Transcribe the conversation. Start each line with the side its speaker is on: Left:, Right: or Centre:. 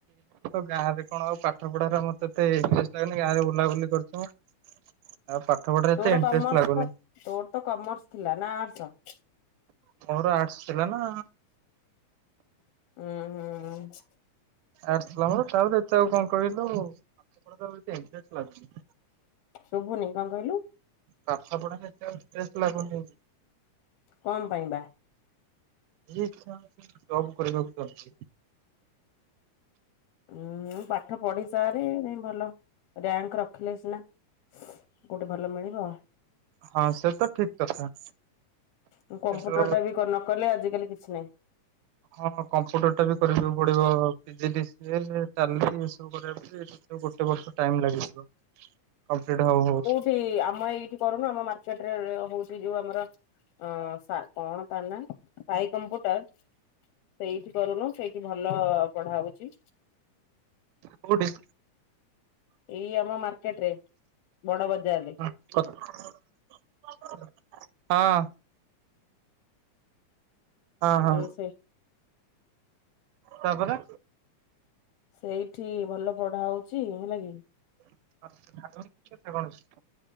Right: ଗାଁରେ କଣ ଆଉ ପାଠ ପଢାରେ ଆମର ତ ଏତେ ଇଣ୍ଟରେଷ୍ଟ ଲାଗୁନି ଗାଁରେ ବୁଲାବୁଲି କରୁଥିବ। ଆଉ ପାଠ ପଢାରେ
Left: ତୋର
Right: ଏତେ ଇଣ୍ଟରେଷ୍ଟ
Left: କମର୍ସ
Right: ଲାଗୁନି।
Left: ତ ତୋର ତ କମର୍ସ ଥିଲା ନା ଆର୍ଟସ?
Right: ମୋର ଆର୍ଟସ୍ ଥିଲା ନା।
Left: ଉଁ ହୁଁ।
Right: ଆର୍ଟସ୍ ଥିଲା ମୋର, ତାପରେ ଏତେ ଆଉ କଣ କହିଲୁ, ପାଠ ପଢା ପ୍ରତି ଇଣ୍ଟ୍ରେଷ୍ଟ୍ ଲାଗୁନି।
Left: ଶୁବୁନି, କଣ କହିଲୁ?
Right: ପାଠ ପଢାରେ ଏତେ ଆଉ ଇଣ୍ଟ୍ରେଷ୍ଟ୍ ଲାଗୁନି।
Left: କଣ ପାଇଁ ବା?
Right: ଭାରି ଇଛା ହଉଚି, ଜବ୍ କରିବାକୁ ଚାହୁଚି।
Left: ଉଁ ପାଠ ପଢି ସାରେ, ଯାଇଁ ଭଲ ରାଙ୍କ ରଖିଲେ ସିନା, କୋଉଠି ଭଲ ମିଳିବ?
Right: ହଁ ସେ ତ ଠିକ୍ କଥା।
Left: ତୁ କମ୍ପ୍ୟୁଟର୍
Right: କିନ୍ତୁ
Left: ଟା ବି କ ନ କଲେ, ଆଜିକାଲି କିଛି ନାହିଁ।
Right: ହଁ କମ୍ପୁଟର ଟା ବି କରିବାକୁ ପଡିବ। ପିଜି ଡିସିଏ, ଟାଲି ଏ ସବୁ କରିବାକୁ ଗୋଟେ ବର୍ଷ ଟାଇମ୍ ଲାଗିଯିବ। କମ୍ପ୍ଲିଟ୍ ହଉ ହଉ।
Left: ଏଇଠି, ଆମ ଏଇଠି କରୁନୁ ଆମ ମାର୍କେଟ ରେ ହଉଚି ଯୋଉ ଆମର ଅଁ ସା, କଣ ତା ନା, ସାଇ କମ୍ପ୍ୟୁଟର ସେଇଠି କରୁନୁ, ସେଇଠି ଭଲ ପଢା ହଉଚି।
Right: କୋଉଠି?
Left: ଏଇ ଆମ ମାର୍କେଟ୍ ରେ, ବଡ ବଜାର୍ ରେ।
Right: <unintelligible> ହଁ। ହଁ ହଁ।
Left: ଉଁ ସେ
Right: ତାପରେ
Left: ସେଇଠି ଭଲ ପଢା ହଉଚି, ହେଲା କି?
Right: <unintelligible>